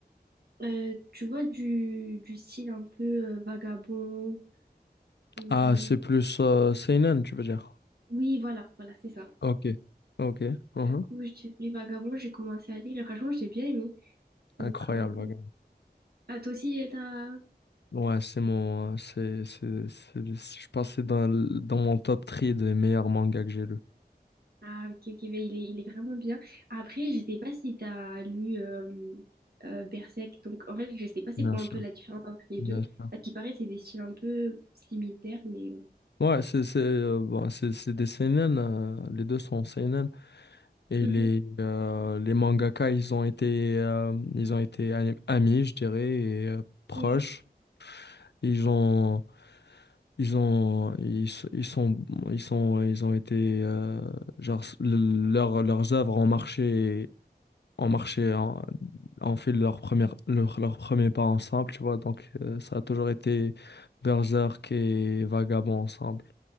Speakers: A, on the right; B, on the left.
A: Euh, tu vois, du, du style un peu euh, vagabond. hum,
B: Ah, c'est plus euh, seinen, tu veux dire?
A: Oui, voilà, voilà, c'est ça.
B: Ok. Ok. Mhm.
A: Du coup, je dirais Vagabond, j'ai commencé à lire et franchement, j'ai bien aimé. Donc,
B: Incroyable,
A: euh...
B: regarde.
A: ah, toi aussi, euh, t'as...
B: Ouais, c'est mon, euh, c'est, c'est, c'est- je pense que c'est dans, l- dans mon top 3 des meilleurs mangas que j'ai lu.
A: Ah, ok, ok, mais il est, il est vraiment bien. Après, je sais pas si t'as lu euh, euh, Berserk. Donc, en fait, je sais pas c'est
B: Bien
A: quoi
B: sûr.
A: un peu la différence entre les
B: Bien
A: deux.
B: sûr.
A: À ce qui paraît, c'est des styles un peu similaires, mais... euh,
B: Ouais, c'est c'est euh, bon, c'est c'est des seinen, euh, les deux sont seinen et
A: mhm.
B: les euh, les mangaka ils ont été euh, ils ont été ami- amis je dirais et euh, proches
A: Oui.
B: ils ont ils ont ils, s- ils sont ils sont ils ont été euh, genre s- le- leurs leurs œuvres ont marché ont marché en, ont fait leur première leur, leur premier pas ensemble tu vois donc euh, ça a toujours été Berserk et Vagabond ensemble